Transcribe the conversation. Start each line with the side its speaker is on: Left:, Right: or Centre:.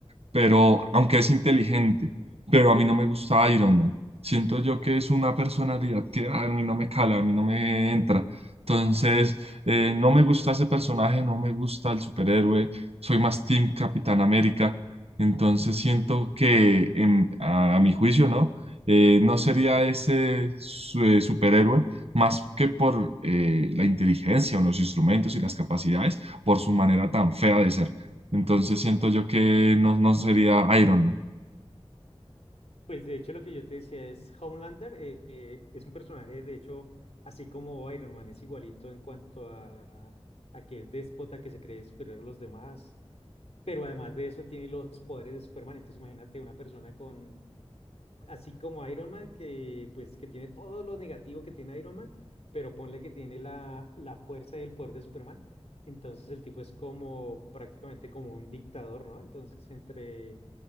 Right: pero aunque es inteligente, pero a mí no me gusta Iron Man. Siento yo que es una personalidad que a mí no me cala, a mí no me entra. Entonces, eh, no me gusta ese personaje, no me gusta el superhéroe, soy más Team Capitán América. Entonces, siento que en- a, a mi juicio, ¿no? Eh, no sería ese su- eh, superhéroe más que por eh, la inteligencia o los instrumentos y las capacidades, por su manera tan fea de ser. Entonces siento yo que no, no sería Iron Man.
Left: Pues de hecho lo que yo te decía es Homelander eh, eh, es un personaje de hecho así como Iron Man es igualito en cuanto a, a que es déspota, que se cree superior a los demás, pero además de eso tiene los poderes de Superman. Entonces imagínate una persona con así como Iron Man que pues que tiene todo lo negativo que tiene Iron Man, pero ponle que tiene la, la fuerza y el poder de Superman. Entonces el tipo es como prácticamente como un dictador, ¿no? Entonces entre